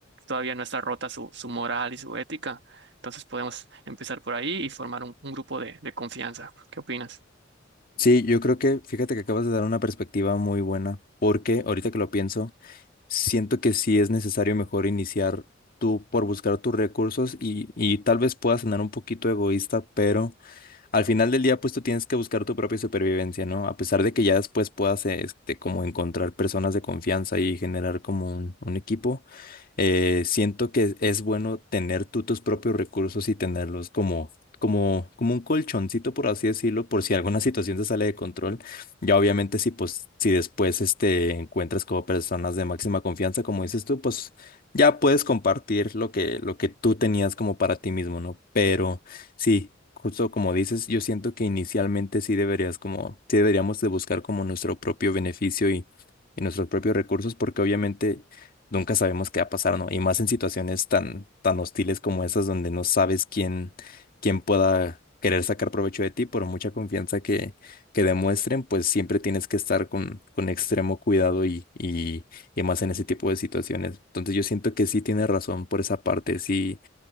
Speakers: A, on the right; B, on the left.
A: todavía no está rota su, su moral y su ética. Entonces podemos empezar por ahí y formar un, un grupo de, de confianza. ¿Qué opinas?
B: Sí, yo creo que, fíjate que acabas de dar una perspectiva muy buena, porque ahorita que lo pienso, siento que sí es necesario mejor iniciar tú por buscar tus recursos y, y tal vez pueda sonar un poquito egoísta, pero al final del día, pues tú tienes que buscar tu propia supervivencia, ¿no? A pesar de que ya después puedas, este, como encontrar personas de confianza y generar como un, un equipo, eh, siento que es bueno tener tú tus propios recursos y tenerlos como, como, como un colchoncito, por así decirlo, por si alguna situación se sale de control. Ya obviamente si, pues, si después, este, encuentras como personas de máxima confianza, como dices tú, pues ya puedes compartir lo que, lo que tú tenías como para ti mismo, ¿no? Pero... Sí, justo como dices, yo siento que inicialmente sí deberías como, sí deberíamos de buscar como nuestro propio beneficio y, y nuestros propios recursos, porque obviamente nunca sabemos qué va a pasar, ¿no? Y más en situaciones tan, tan hostiles como esas donde no sabes quién, quién pueda querer sacar provecho de ti por mucha confianza que, que demuestren, pues siempre tienes que estar con, con extremo cuidado y, y, y más en ese tipo de situaciones. Entonces yo siento que sí tienes razón por esa parte, sí